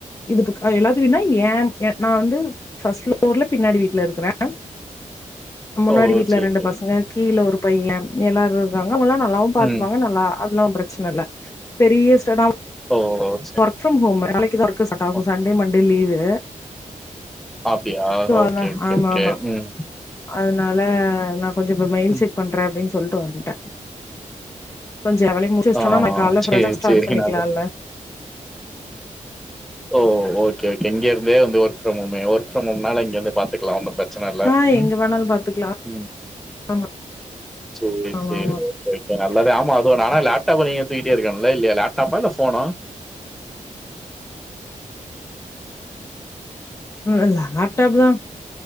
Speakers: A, on the left; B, in the centre.
A: இதுக்குக் அ எல்லாதுகிட்னா ஏன் எ நா வந்து ஃபஸ்ட் பிஃளோர்ல பின்னாடி வீட்ல இருக்கறே முன்னாடி
B: ஓ
A: வீட்ல
B: சேரி
A: ரெண்டு
B: சேரி
A: பசங்க கீழ ஒரு பைய எல்லாரு இருக்காங்க அவுல்லா நல்லாவு பாத்துப்பாங்க
B: ம்
A: நல்லா அதுலாம் பிரச்சனல்ல பெரியஸ்ட நா உ
B: ஓ சேரி
A: ஒர்க் பிஃரம் ஹோமு நாளைக்குதா ஒர்க்கு ஸ்டாட்டாகு
B: அ
A: சண்டே மண்டே லீவு
B: ஆப்டியா
A: ஸோ
B: ஓகே
A: அதான்
B: ஓகே
A: ஆமாமா.
B: ஓகே உம்
A: அதனால நா கொஞ்ச இப்ப மெயில்
B: ம்
A: செட் பண்றே அப்டின் சொல்ட்டு வன்ட கொஞ்ச ஏ வேலைய முடிச்சு வஸ்டோனா
B: ஆ
A: நா கால்ல
B: சேரி
A: ஃப்ரெஷா ஸ்டார்ட்
B: சேரி
A: பண்ணிக்லா
B: நல்ல
A: இல்ல
B: ஓ ஓகே ஓகே இங்கிருந்தே வந்து ஒர்க் ஃப்ரம் ஹோமே ஒர்க் ப்ரம் ஹோம்னால இங்கந்தே பாத்துக்லா ஒன்னு பிர ச்சனல்ல
A: ஆ
B: உம்
A: எங்க வேணாலு பாத்துக்கலா
B: உம்
A: ஆமா
B: சேரி
A: ஆமா
B: சேரி
A: ஆமா
B: ஓகே ஓகே நல்லேதே ஆமா அ தோ நானா லேப்டாப்ப நீங்க தூக்கிட்டே இருக்கல்ல இல்லையா லேப்டாப்பா இல்ல போனோ
A: உம் லேப்டாப்புதா